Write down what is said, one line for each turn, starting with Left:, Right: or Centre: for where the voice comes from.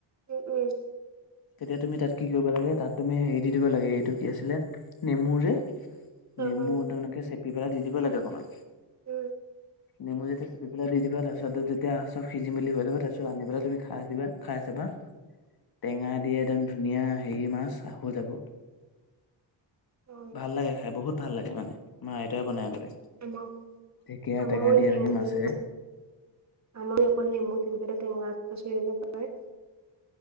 Right: উম উম
Left: তেতিয়া তুমি তাত কি কৰিব লাগে তাত তুমি হেৰি দি দিবা লাগে এইটো কি আছিলে নেমুৰ যে নেমু
Right: অ অ
Left: একদম এনেকে চেপি পেলাই দি দিব লাগে অকণমান
Right: উম
Left: নেমু যেতিয়া চপি পেল দি দিব তাৰপিছত যেতিয়া চব সিজি মি হৈ যাব তাৰ পিছত আনি পাই তুমি খাই দিবা খাই চাবা টেঙা দি একদম ধুনীয়া হেৰি মাছ আহো হৈ যাব
Right: অ
Left: ভাল লাগে খাই বহুত ভাল লাগে মানে আমাৰ আইতাই বন আগতে
Right: <unintelligible>
Left: ঢেকীয়া টেঙা দি এনেকে মাছেৰে
Right: আমাৰো অকল নেমু চেমকেটা টেঙা আগটো <unintelligible>